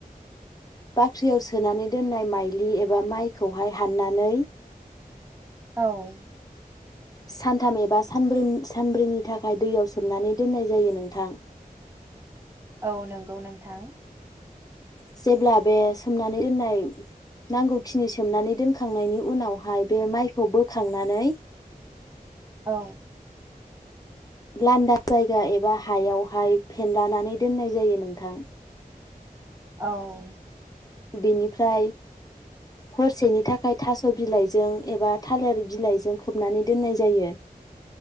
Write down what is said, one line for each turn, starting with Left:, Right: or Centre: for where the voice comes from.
Left: बाख्रियाव सोनानै दोननाय माइलि एबा माइखौहाय हाननानै
Right: औ ।
Left: सानथाम एबा सानब्रै सानब्रैनि थाखाय दैयाव सोमनानै दोननाय जायो नोंथां ।
Right: औ नंगौ नोंथां ।
Left: जेब्ला बे सोमनानै दोननाय नांगौखिनि सोमनानै दोनखांनायनि उनावहाय बे माइखौ बोखांनानै
Right: औ
Left: लान्दा जायगा एबा हायावहाय फेनलानानै दोननाय जायो नोंथां।
Right: औ
Left: बिनिफ्राय हरसेनि थाखाय थास' बिलाइजों एबा थालिर बिलाइजों खोबनानै दोननाय जायो।